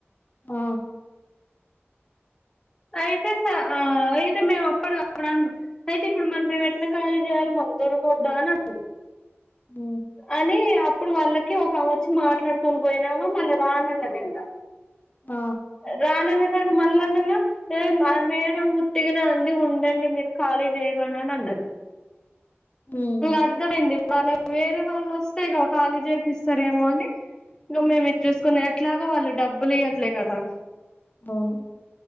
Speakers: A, on the left; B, on the left.
A: ఆ
B: అయితే <unintelligible> అయితే మేము అప్పుడు అడు అయితే ఇప్పుడు మరి మేము ఎట్నా ఖాళీ చేయాలి <unintelligible>
A: బ
B: అని అప్పుడు వాళ్ళకి ఒక వచ్చి మాట్లాడుకొని పోయినాము మళ్ళా రానన్నదంట
A: ఆ
B: <unintelligible> మళ్ళన్నగా ఆ మేడమ్ ఉత్తిగనే అంది ఉండండి మీరు ఖాళీ చేయ <unintelligible> అన్నారు
A: హ్మ్
B: అర్థమైంది వాళ్ళ వేరే వాళ్ళు వస్తే ఇగ కాలి చేపిస్తారేమో అని ఇంకా మేము ఇది చూసుకునే ఎట్లాగో వాళ్ళు డబ్బులు ఇయట్లే కదా
A: అవును